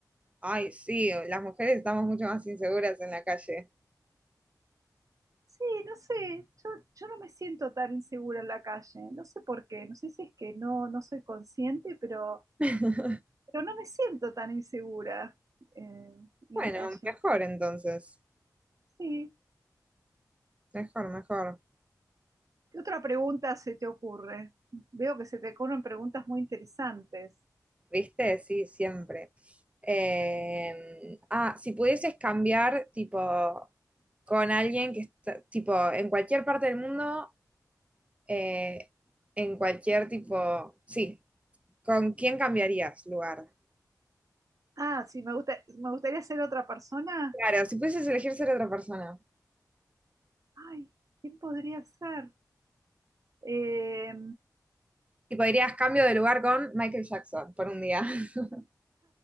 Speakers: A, on the right; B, on the right.
A: Ay, sí, las mujeres estamos mucho más inseguras en la calle.
B: Sí, no sé, yo, yo no me siento tan insegura en la calle, no sé por qué, no sé si es que no, no soy consciente, pero,
A: <laughs>
B: pero no me siento tan insegura eh, en
A: Bueno,
B: la calle.
A: mejor entonces.
B: Sí,
A: Mejor, mejor.
B: ¿qué otra pregunta se te ocurre? Veo que se te ocurren preguntas muy interesantes.
A: ¿Viste? Sí, siempre. Eh, ah, si pudieses cambiar, tipo, con alguien que está, tipo, en cualquier parte del mundo, eh, en cualquier tipo, sí, ¿con quién cambiarías lugar?
B: Ah, sí, me gusta, me gustaría ser otra persona.
A: Claro, si pudieses elegir ser otra persona,
B: Ay, ¿quién podría ser? Eh,
A: tipo, dirías cambio de lugar con Michael Jackson por un día. <laughs>